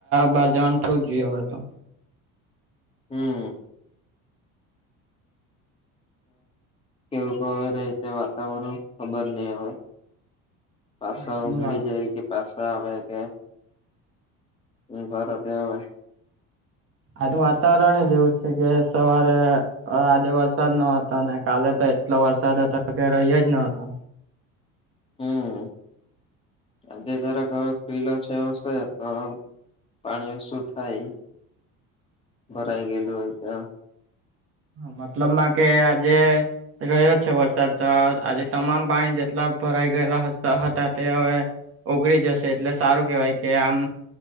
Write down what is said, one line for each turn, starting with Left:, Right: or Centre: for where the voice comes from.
Right: બહાર જવાનું પું જ જોઈએડે તો
Left: હમ્મ કેવું ક રતે વાતાવરણ ખબર નહ હવે પાસા
Right: આનું
Left: ઉગડી
Right: વાત
Left: જાય કે પાસા આવે કે હ બરા ત હવાવે
Right: આજ વાતાવરણ જે એવું છે કે સવારે અ આજે વરસાદ ન હતો ને કાલે તો એટલો વરસાદ હતો કે રહી જ નતો
Left: હમ આજે જરાક હવે ફિલો છે હશે તો પાણીઓ શું થાય ભરાય ગયેલું હોય ત્યાં
Right: મતલબમાં કે આજે રહ્યો છે વરસાદ તો આજે તમામ પાણી જેટલા ભરાઈ ગયેલા હતા તે હવે ઓગળી જશે એટલે સારું કેવાય કે આમ